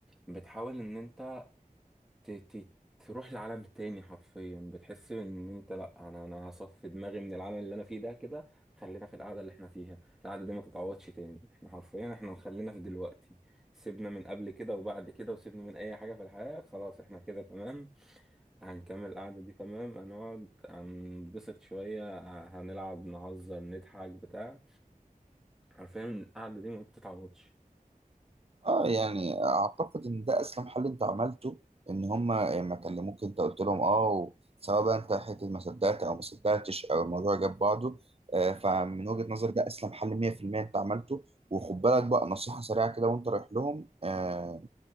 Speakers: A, in the centre; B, on the right.
A: بتحاول ان انت ت... ت... تروح لعالم تاني حرفيا بتحس ان انت لا انا انا هصفي دماغي من العالم اللي انا فيه ده كده خلينا في القعده اللي احنا فيها القعده دي ما تتعوضش تاني احنا حرفيا احنا خلينا في دلوقتي سيبنا من قبل كده وبعد كده وسيبنا من اي حاجه في الحياه خلاص احنا كده تمام هنكمل القعدة دي تمام هنقعد هنبسط شوية هنلعب نهزر نضحك بتاع حرفيا القعدة دي ما بتتعوضش
B: اه يعني اعتقد ان ده اسلم حل انت عملته ان هما لما كلموك انت قلت لهم اه سواء بقى انت حته ما صدقت او ما صدقتش او الموضوع جاب بعضه آه، فمن وجهة نظري ده اسلم حل 100% انت عملته وخد بالك بقى نصيحة سريعة كده وانت رايح لهم آه،